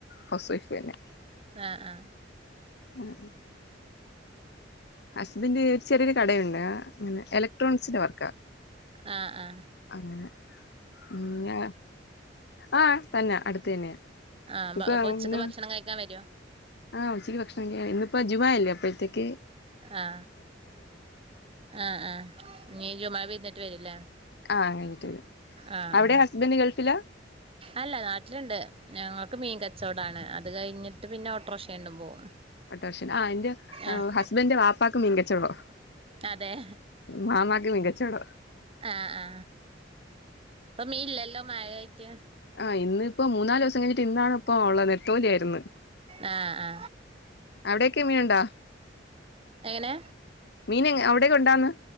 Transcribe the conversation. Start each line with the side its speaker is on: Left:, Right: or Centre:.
Left: ഹൗസ് വൈഫ് തന്നെ
Right: ആ ആ
Left: ആ ഹസ്ബൻഡ് ചെറിയൊരു കടയുണ്ട് അങ്ങനെ ഇലക്ട്രോണിക്സിന്റെ വർക്ക.
Right: ആ ആ
Left: അങ്ങനെ ഉം ഞാ ആ തന്നെ അടുത്ത തന്നെയ.
Right: ആഹ്
Left: ഇപ്പൊ
Right: അപ്പൊ ഉച്ചക്ക്
Left: ഇ
Right: ഭക്ഷണം കഴിക്കാൻ വരോ
Left: ആഹ് ഉച്ചിക്ക് ഭക്ഷണംകഴിക്യ ഇന്നിപ്പോ ജുമാല്ലേ. പ്പോഴത്തേക്ക്
Right: ആ ആ ആ നീ ചുമാ വരുന്നിട്ട് വരൂല്ലേ
Left: ആ കഴിഞ്ഞിട്ട്
Right: ആ
Left: അവിടെ
Right: ആ
Left: ഹസ്ബൻഡ് ഗൾഫിലാ
Right: അല്ല നാട്ടില്ണ്ട്. ഞങ്ങൾക്ക് മീൻ കച്ചോടാണ് അത് കഴിഞ്ഞിട്ട് പിന്നെ ഓട്ട്രഷേ ഉണ്ടും പോവും
Left: ഓട്ടോ റിക്ഷാ ആ എന്റെ
Right: ആഹ്
Left: ഹസ്ബെന്റെ വാപ്പാക്ക്ക് മീൻകച്ചോട
Right: അതെ
Left: മാമാക്ക് മീംകചോടോ
Right: ആ ആ അപ്പൊ മീ ഇല്ലല്ലോ മഴായിട്ട്?
Left: ആ ഇന്ന്പ്പോ മൂന്നാലോസം കഴിഞ്ഞിട്ട് ഇന്നാണ് പ്പോ ഉള്ളത് നെത്തോലി ആയിരുന്.
Right: ആ ആ
Left: അവിടെയൊക്കേ മീന്ണ്ടാ?
Right: എങ്ങനെ
Left: മീൻ അവിടെ കൊണ്ടാന്ന്?